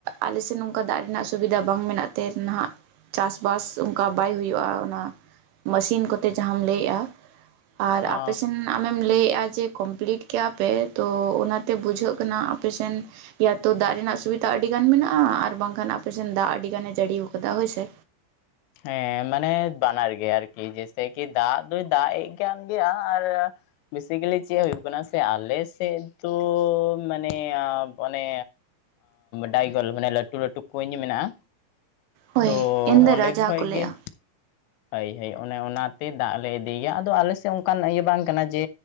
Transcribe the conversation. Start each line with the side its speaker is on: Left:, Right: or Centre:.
Right: ᱟᱞᱮᱥᱮᱫ ᱚᱱᱠᱟ ᱫᱟᱜ ᱨᱮᱱᱟᱜ ᱥᱩᱵᱤᱫᱷᱟ ᱵᱟᱝ ᱢᱮᱱᱟᱜ ᱛᱮ ᱦᱟᱜ ᱪᱟᱥᱼᱵᱟᱥ ᱚᱱᱠᱟ ᱵᱟᱭ ᱦᱩᱭᱩᱜᱼᱟ ᱚᱱᱟ ᱢᱮᱥᱤᱱ ᱠᱚᱛᱮ ᱡᱟᱦᱟᱸᱢ ᱞᱟᱹᱭᱮᱜᱼᱟ ᱟᱨ
Left: ᱚ
Right: ᱟᱯᱮᱥᱮᱱ ᱟᱢᱮᱢ ᱞᱟᱹᱭᱮᱫᱼᱟ ᱡᱮ ᱠᱚᱢᱯᱞᱤᱴ ᱠᱮᱜᱼᱟ ᱯᱮ ᱛᱚ ᱚᱱᱟᱛᱮ ᱵᱩᱡᱷᱟᱹᱜ ᱠᱟᱱᱟ ᱟᱯᱮ ᱥᱮᱱ ᱤᱭᱟᱛᱚ ᱫᱟᱜ ᱨᱮᱱᱟᱜ ᱥᱩᱵᱤᱫᱷᱟ ᱟᱹᱰᱤ ᱜᱟᱱ ᱢᱮᱱᱟᱜᱼᱟ ᱟᱨ ᱵᱟᱝᱠᱷᱟᱱ ᱟᱯᱮᱥᱮᱱ ᱫᱟᱜ ᱟᱹᱰᱤ ᱜᱟᱱᱮ ᱡᱟᱹᱲᱤ ᱟᱠᱟᱫᱟ ᱦᱳᱭᱥᱮ
Left: ᱦᱮᱸ ᱢᱟᱱᱮ ᱵᱟᱱᱟᱨ ᱜᱮ ᱟᱨᱠᱤ ᱡᱮᱭᱥᱮ ᱠᱤ ᱫᱟᱜ ᱫᱚ ᱫᱟᱜ ᱮ ᱠᱟᱱ ᱜᱮᱭᱟ ᱟᱨ ᱵᱮᱥᱤᱠᱮᱞᱤ ᱪᱮᱫ ᱦᱩᱭᱩᱜ ᱠᱟᱱᱟ ᱥᱮ ᱟᱞᱮ ᱥᱮᱫ ᱫᱚ ᱢᱟᱱᱮ ᱚᱱᱮ ᱰᱟᱭᱜᱚᱞ ᱢᱟᱱᱮ ᱞᱟᱹᱴᱩ ᱞᱟᱹᱴᱩ ᱠᱩᱧ ᱢᱮᱱᱟᱜᱼᱟ
Right: ᱦᱳᱭ
Left: ᱛᱚ
Right: ᱮᱱᱫᱚ
Left: ᱚᱸᱰᱮ
Right: ᱨᱟᱡᱟ
Left: ᱠᱷᱚᱡ
Right: ᱠᱚ ᱞᱟᱹᱭᱼᱟ
Left: ᱜᱮ ᱦᱳᱭ ᱦᱳᱭ ᱚᱱᱮ ᱚᱱᱟᱛᱮ ᱫᱟᱜ ᱞᱮ ᱤᱫᱤᱭ ᱜᱮᱭᱟ ᱟᱫᱚ ᱟᱞᱮ ᱥᱮᱫ ᱚᱱᱠᱟᱱ ᱤᱭᱟᱹ ᱵᱟᱝ ᱠᱟᱱᱟ ᱡᱮ